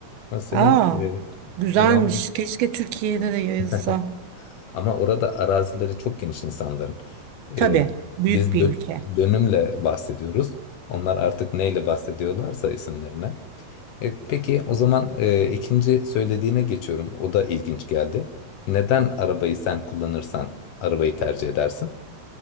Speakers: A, on the left; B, on the right.
A: Ama senin
B: Aa,
A: e,
B: güzelmiş.
A: devamlı.
B: Keşke Türkiye'de de yayılsa.
A: <laughs> Ama orada arazileri çok geniş insanların.
B: Tabii,
A: E,
B: büyük
A: biz dö-
B: bir ülke.
A: dönümle bahsediyoruz. Onlar artık neyle bahsediyorlarsa isimlerine. E, peki o zaman e, ikinci söylediğine geçiyorum. O da ilginç geldi. Neden arabayı sen kullanırsan arabayı tercih edersin?